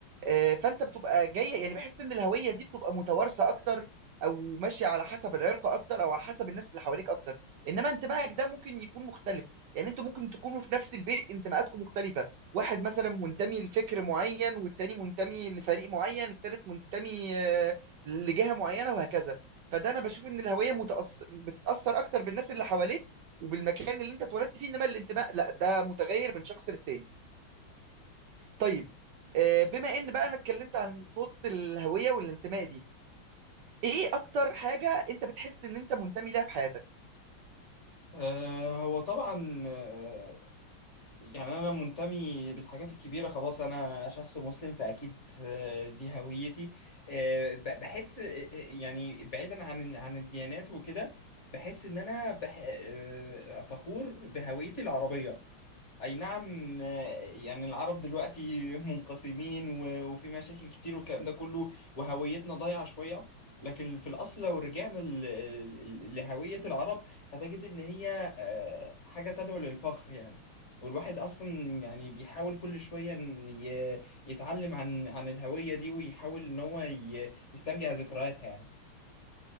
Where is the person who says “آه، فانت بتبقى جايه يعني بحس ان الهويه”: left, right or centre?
Right